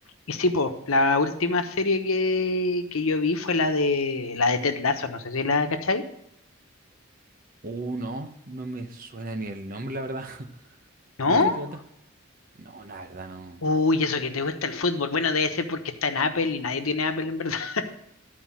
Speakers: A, on the left; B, on the right.
A: Y sí, pues, la última serie que, que yo vi fue la de la de Ted Lasso, no sé si la cachai.
B: Uh, no, no me suena ni el nombre, la verdad. <laughs>
A: ¿No?
B: ¿De qué trata? No, la verdad no.
A: Uy, eso que te gusta el fútbol. Bueno, debe ser porque está en Apple y nadie tiene Apple en verdad. <laughs>